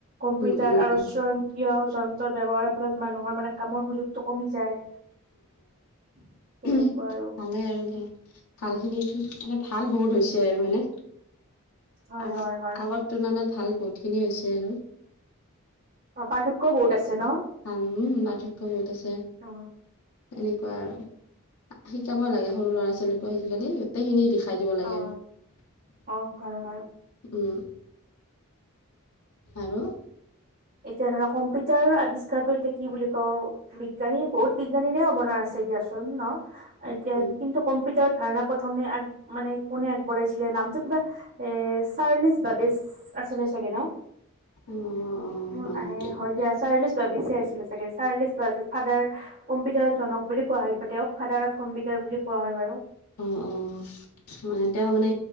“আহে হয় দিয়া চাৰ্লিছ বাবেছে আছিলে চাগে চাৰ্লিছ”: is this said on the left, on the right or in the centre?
Right